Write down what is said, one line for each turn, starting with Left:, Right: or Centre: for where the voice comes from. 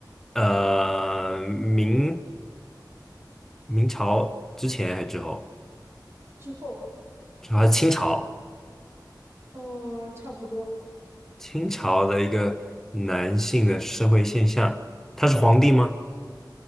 Centre: 呃明明朝之前还是之后？
Right: 之后，
Centre: 他是清朝。
Right: 呃，差不多，
Centre: 清朝的一个男性的社会现象，他是皇帝吗？